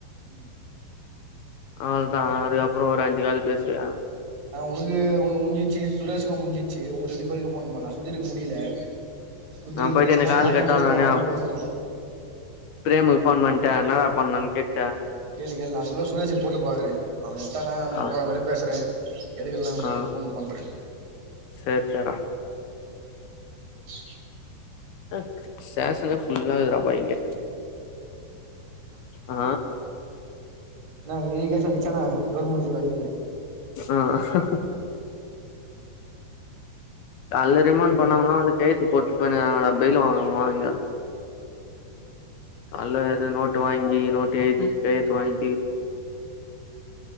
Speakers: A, on the right (about 55°); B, on the left (about 70°).
A: ம்
B: அவ்ளதா அதுக்கப்புறோ ஒரு அஞ்சு காலு பேசுறே
A: ஆ உனக்கு உனக்கு முஞ்சிச்சு சுரேஷுக்கு முஞ்சிச்சு உங்க ரெண்டு பேருக்கு ஃபோன் பண்ணலாம் சுதிரூக்கு முடியல சுதிருக்கு
B: நா போயிட்டு
A: பேசனா
B: இந்த கால்
A: நானு
B: கட்
A: பேசனு
B: ஆன ஒன்னே
A: அவனு பேசனு
B: பிரேமுக்கு ஃபோன் பண்ணிட்டு என்ன டா பண்ணணு கேட்
A: கேளு கேளு நான் அதுகுள்ள சுரேஷுக்கு போட்டு பாக்கறே அவ எத்தானா அவனுக்கு
B: ஆ
A: ஃபோன் பண்ணு பேசுறே எடுக்கலேன உனக்கு
B: ஆ
A: ஃபோன் பண்றே
B: சேர் சேர்டா
A: இச் சியா
B: அ சேசனே ஃபுல்லா இருக்றப்பா இங்க ஆ
A: என்னா <unintelligible> சந்திச்சானா கவர்மெண்ட் லீவு அன்னிக்கி
B: ஆஹ்ஹா காலைல ரிமண்ட் பண்ணாங்கன்னா வந்து கையெயெழுத்து போட்டு போயிர்காணுங்கடா பெயிலே வாங்குவங்க எல்லா இங்க அல்ல ஏது நோட்டு வாங்கி நோட்டு எழுதி கையெழுத்து வாங்கி <inaudible>